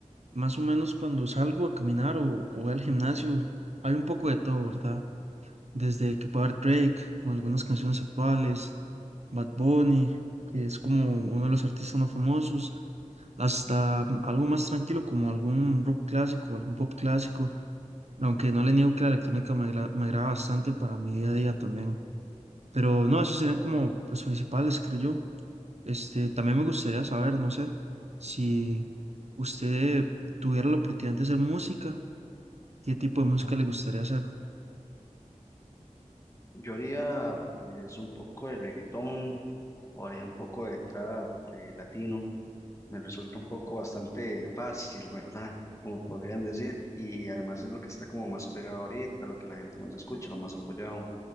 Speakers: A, on the right; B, on the left.
A: Más o menos cuando salgo a caminar o, o voy al gimnasio, hay un poco de todo, ¿verdad? Desde que puede haber Drake con algunas canciones actuales, Bad Bunny, que es como uno de los artistas más famosos, hasta mm, algo más tranquilo como algún rock clásico, algún pop clásico, aunque no le niego que la electrónica me, agra- me agrada bastante para mi día a día también. Pero no, esos serían como los principales, creo yo. Este, también me gustaría saber, no sé, si usted tuviera la oportunidad de hacer música. qué tipo de música le gustaría hacer.
B: Yo haría pues un poco de reggaetón o haría un poco de trap de latino. Me resulta un poco bastante fácil, ¿verdad? Como podrían decir. Y además es lo que está como más pegado ahorita, lo que la gente más escucha, lo más apoyado.